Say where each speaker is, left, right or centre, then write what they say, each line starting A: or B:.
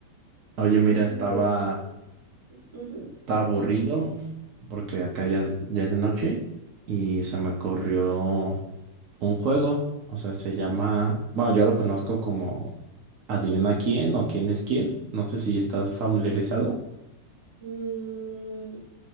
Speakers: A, on the right (about 40°); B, on the right (about 65°).
A: Oye, mira,
B: Mm,
A: estaba,
B: qué bueno. Ujú.
A: estaba aburrido porque acá ya es, ya es de noche y se me ocurrió un juego, o sea, se llama, bueno, yo lo conozco como Adivina quién o quién es quién. No sé si estás familiarizado.
B: Mm,